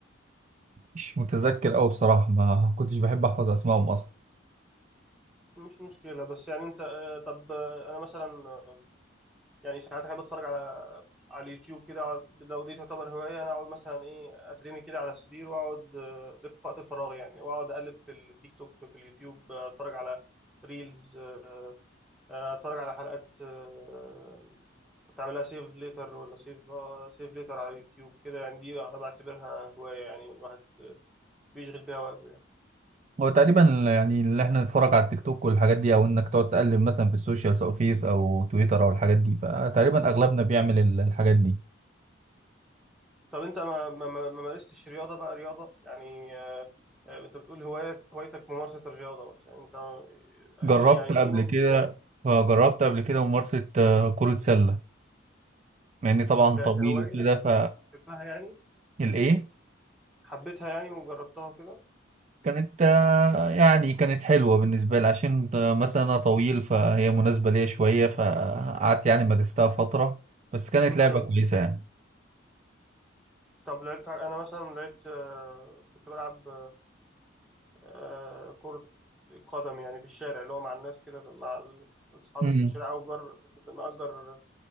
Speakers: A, on the right (about 35°); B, in the centre.
A: مش متذكر قوي بصراحه ما كنتش بحب احفظ اسمائهم اصلا
B: مش مشكله بس يعني انت آه، طب آه، انا مثلا آه، يعني ساعات احب اتفرج على على اليوتيوب كده أقعد- لو دي تعتبر هوايه انا اقعد مثلا ايه اترمي كده على السرير واقعد آه، ده في وقت فراغي يعني واقعد اقلب في التيك توك في اليوتيوب آه، اتفرج على ريلز آه، آه، اتفرج على حلقات آه، كنت عاملها سيف ليتر ولا سيف سيف ليتر على اليوتيوب كده يعني دي انا بعتبرها هوايه يعني الواحد بيشغل بيها وقته يعني
A: هو تقريبا يعني اللي احنا نتفرج على التيك توك والحاجات دي او انك تقعد تقلب مثلا في السوشيال سواء فيس او تويتر او الحاجات دي فتقريبا اغلبنا بيعمل ال- الحاجات دي
B: طب انت ما ما ما ما مارستش رياضه بقى رياضه يعني آه، آه، انت بتقول هوايه هوايتك ممارسه الرياضه مثلا انت آه،
A: جربت
B: يعني
A: قبل
B: في نوع
A: كده
B: من الرياضه
A: آه، جربت قبل كده ممارسة آه، كرة سلة مع اني طبعا
B: ك-
A: طويل
B: كهوايه
A: وكده ف
B: بتحبها يعني
A: الايه
B: حبيتها يعني وجربتها وكده
A: كانت آه، يعني كانت حلوة بالنسبة لي عشان آه، مثلا انا طويل فهي مناسبة ليا شوية فقعدت يعني مارستها فترة بس كانت
B: مم.
A: لعبة كويسة
B: طب لعبت حاجة- انا مثلا لعبت آه، كنت بلعب آه، كرة قدم يعني في الشارع اللي هو مع الناس كده مع ال- أصحابي
A: يعني
B: في الشارع أو جر... نأجر